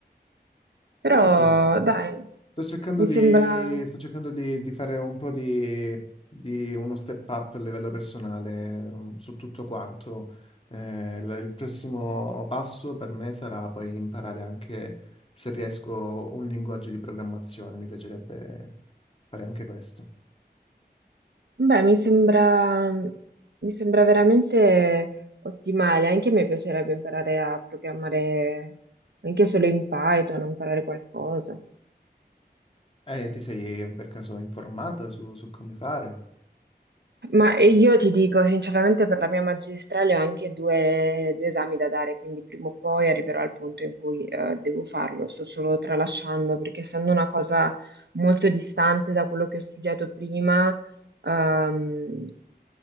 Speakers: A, on the right; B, on the left.
A: Però,
B: Però sì, sì, sì.
A: dai,
B: sto cercando
A: mi
B: di,
A: sembra...
B: sto cercando di, di fare un po' di, di uno step up a livello personale eh, su tutto quanto. Eh, la- il prossimo passo per me sarà poi imparare anche, se riesco, un linguaggio di programmazione. Mi piacerebbe fare anche questo.
A: Beh, mi sembra, mi sembra veramente ottimale. Anche a me piacerebbe imparare a programmare anche solo in Python, o imparare qualcosa.
B: Eh, ti sei per caso informata su, su come fare?
A: Ma io ti dico, sinceramente, per la mia magistrale ho anche due, due esami da dare, quindi prima o poi arriverò al punto in cui eh, devo farlo. Sto solo tralasciando, perché essendo una cosa molto distante da quello che ho studiato prima, ehm,